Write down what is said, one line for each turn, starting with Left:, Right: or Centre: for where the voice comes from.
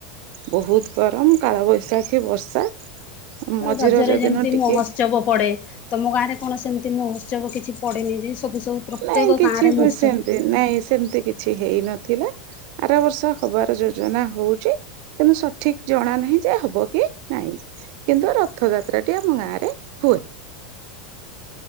Right: ବୋହୁତ ଗରମ କାଳବୈଶାଖୀ ବର୍ଷା। ମଝି
Left: ରଜରେ
Right: ରଜ
Left: ଯେମିତି
Right: ଦିନ ଟିକେ
Left: ମହୋତ୍ସବ ପଡେ ତମ ଗାଁ ରେ କଣ ସେମିତି ମହୋତ୍ସବ କିଛି ପଡ଼େନି ଯେ ସବୁ ସବୁ ପ୍ରତ୍ୟେକ
Right: ନାଇଁ କିଛି
Left: ଗାଁରେ ମଷ୍ଟ
Right: ସେମତି ନାଇଁ ସେମିତି କିଛି ହେଇ ନଥିଲା ଆର ବର୍ଷ ହବାର ଯୋଜନା ହଉଛି। କିନ୍ତୁ ସଠିକ୍ ଜଣା ନାହିଁ ଯେ ହବ କି ନାଇଁ। କିନ୍ତୁ ରଥଯାତ୍ରାଟି ଆମ ଗାଁରେ ହୁଏ।